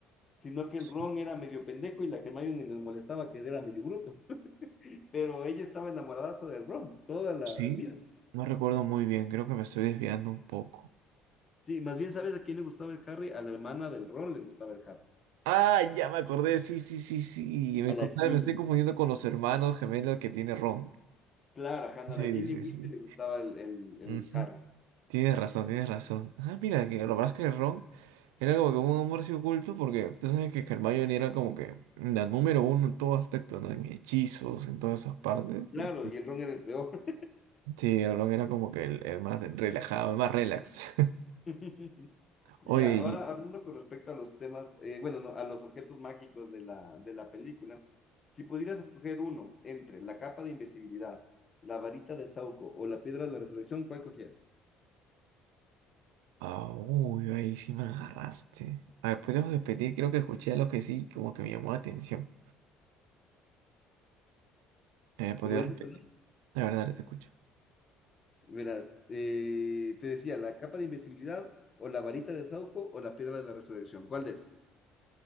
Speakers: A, on the left (about 35°); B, on the right (about 85°).
A: sino que
B: Sí,
A: el Ron era medio pendejo y la Hermione le molestaba que era medio bruto, <laughs> pero ella estaba enamoradaza del Ron toda la
B: sí.
A: vida.
B: No recuerdo muy bien, creo que me estoy desviando un poco.
A: Sí, más bien, ¿sabes a quién le gustaba el Harry? A la hermana del Ron le gustaba el Harry,
B: Ah, ya me acordé, sí, sí, sí, sí. Me,
A: a la
B: contaba-
A: Ginny.
B: me estoy confundiendo con los hermanos gemelos que tiene Ron.
A: Claro, ajá, no,
B: Sí,
A: a la Ginny
B: sí,
A: Weasley
B: sí.
A: le gustaba el, el, el
B: Ujú.
A: Harry.
B: Tienes razón, tienes razón. Ah, mira, que lo verdad es que Ron era como que un amor así oculto, porque tú sabes que Hermione era como que la número uno en todo aspecto, ¿no? En hechizos, en todas esas partes.
A: Claro,
B: y-
A: y el Ron era el peor.
B: Sí, el Ron era como que el, el más relajado, el más relax. <laughs>
A: <laughs> Y
B: Oye,
A: ya, ahora
B: Claro. y.
A: hablando con respecto a los temas, eh, bueno, no, a los objetos mágicos de la, de la película, si pudieras escoger uno entre la capa de invisibilidad, la varita de Sauco o la piedra de la resurrección, ¿cuál cogieras?
B: ah, uy, ahí sí me agarraste. A ver, ¿podrías repetir? Creo que escuché algo que sí, como que me llamó la atención. Eh, ¿podrías
A: Como dices,
B: repetir?
A: ¿verdad?
B: La verdad, dale, te escucho.
A: Verás, eh, te decía, la capa de invisibilidad o la varita de Sauco o la piedra de la resurrección, ¿cuál de esos?